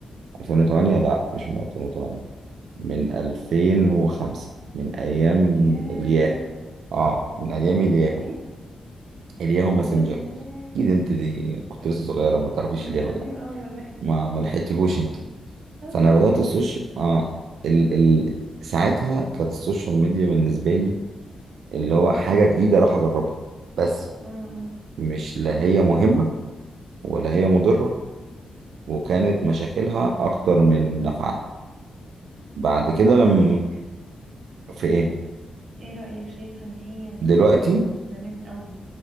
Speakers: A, on the right; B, on the right.
A: 2008
B: امم
A: لا مش من 2008 من 2005 من ايام
B: ياه
A: الياهو اه من ايام
B: ياه
A: الياهو
B: من ايام ايه
A: الياهو ماسنجر
B: ياه وياه
A: اكيد انت دي كنت لسه صغيره ما تعرفيش
B: ده انت
A: الياهو
B: قديم
A: ده
B: قوي ولا ايه
A: ما ما لحقتيهوش انت
B: <laughs> أنا
A: فانا
B: ملحقتش
A: بدات السوشيال اه ال... ال... ساعتها كانت السوشيال ميديا بالنسبه لي اللي هو
B: امم
A: حاجه جديده اروح اجربها بس
B: أمم، أمم.
A: مش لا هي مهمه ولا هي مضره وكانت مشاكلها اكتر من نفعها بعد
B: طب
A: كده
B: انت ايه
A: لما
B: رايك
A: في ايه
B: ايه رأيك شايفة ان هي
A: دلوقتي
B: يعني من زمان قوي